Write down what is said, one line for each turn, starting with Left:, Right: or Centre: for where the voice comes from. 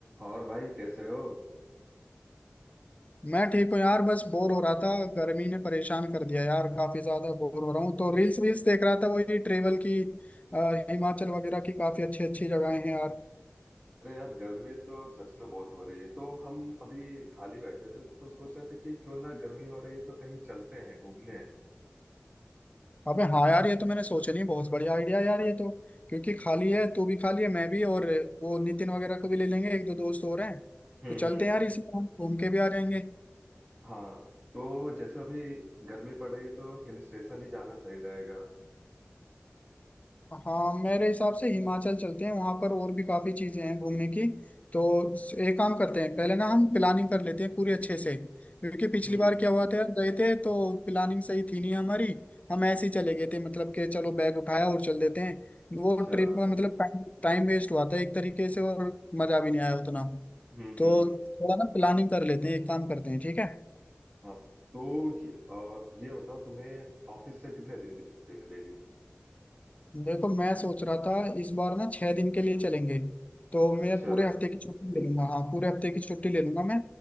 Right: और भाई कैसे हो
Left: मैं ठीक हूँ यार बस बोर हो रहा था गर्मी ने परेशान कर दिया यार काफी ज्यादा बोर हो रहा हूँ तो रील्स वील्स देख रहा था वही ट्रेवल की अ, हिमाचल वगैरह की काफी अच्छी अच्छी जगहें हैं यार
Right: अरे यार गर्मी तो सच में बहुत हो रही है तो हम अभी खाली बैठे थे तो सोच रहे थे कि क्यों ना गर्मी हो रही है तो कहीं चलते हैं घूमने
Left: अबे हाँ यार ये तो मैंने सोचा नहीं बहुत बढ़िया आइडिया यार ये तो क्योंकि खाली है तू भी खाली है मैं भी और वो नितिन वगैरह को भी ले लेंगे एक दो दोस्त और हैं
Right: हम्म
Left: तो चलते
Right: हम्म
Left: हैं यार इसी बार घूम के भी आ जाएंगे
Right: हाँ तो जैसे अभी गर्मी पड़ रही है तो हिल स्टेशन ही जाना सही रहेगा
Left: हाँ मेरे हिसाब से हिमाचल चलते हैं वहां पर और भी काफी चीजें हैं घूमने की तो एक काम करते हैं पहले ना हम प्लानिंग कर लेते हैं पूरी अच्छे से क्योंकि पिछली
Right: हम्म।
Left: बार क्या हुआ था यार, गए थे तो प्लानिंग सही थी नहीं हमारी हम ऐसे ही चले गए थे मतलब कि चलो बैग उठाया और चल देते हैं वो
Right: अच्छा
Left: ट्रिप में मतलब टाइम टाइम वेस्ट हुआ था एक तरीके से और मजा भी नहीं आया उतना
Right: हम्म
Left: तो
Right: हम्म हम्म,
Left: थोड़ा ना प्लानिंग कर लेते हैं एक काम करते हैं ठीक है
Right: हाँ तो ये अ, ये बताओ तुम्हें ऑफिस से कितने दिन की छुट्टी मिलेगी
Left: देखो मैं सोच रहा था इस बार ना छह दिन के लिए चलेंगे तो मैं
Right: अच्छा
Left: पूरे हफ्ते की छुट्टी ले लूंगा हाँ पूरे हफ्ते की छुट्टी ले लूंगा मैं